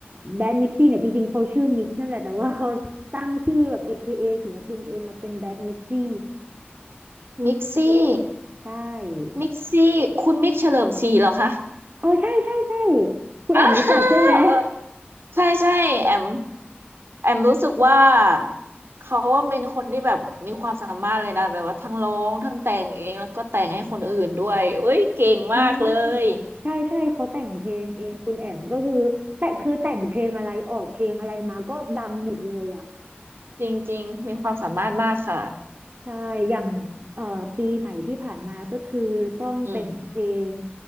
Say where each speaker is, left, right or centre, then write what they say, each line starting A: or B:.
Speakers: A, on the right (about 45°); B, on the right (about 75°).
A: แบรนด์มิกซี่เนี่ยจริงๆเขาชื่อมิกนั่นแหละแต่ว่าเขาตั้งชื่อแบบ AKA ศิลปินตัวเองมาเป็นแบรนด์มิกซี่
B: มิกซี่
A: ใช่
B: มิกซี่คุณมิกเฉลิมศรีเหรอคะ
A: เออใช่ใช่ใช่
B: <laughs>
A: คุณแอมรู้จักใช่ไหม
B: อ่าเออใช่ใช่แอมแอมรู้สึกว่าเขาว่าเป็นคนที่แบบมีความสามารถเลยนะแบบว่าทั้งร้องทั้งแต่งเองแล้วก็แต่งให้คนอื่นด้วยเอ้ยเก่งมากเลย
A: อืมใช่ใช่เขาแต่งเพลงเองคุณแอมก็คือแต่คือแต่งเพลงอะไรออกเพลงอะไรมาก็ดังหมดเลยอ่ะ
B: จริงจริงๆมีความสามารถมากค่ะ
A: ใช่ อย่างเอ่อปีใหม่ที่ผ่านมาก็คือต้องเป็นเพลง
B: อืม